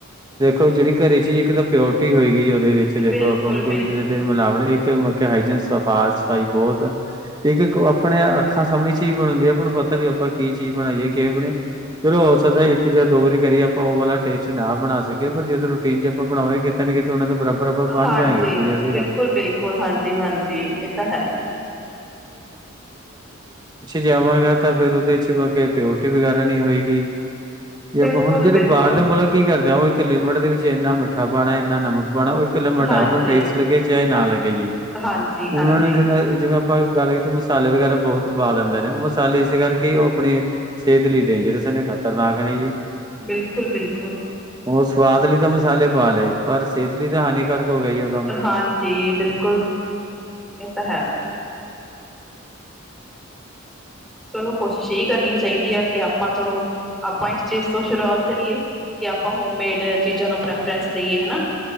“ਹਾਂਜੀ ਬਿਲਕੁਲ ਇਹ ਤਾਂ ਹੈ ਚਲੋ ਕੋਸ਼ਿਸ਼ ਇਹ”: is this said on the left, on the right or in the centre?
Centre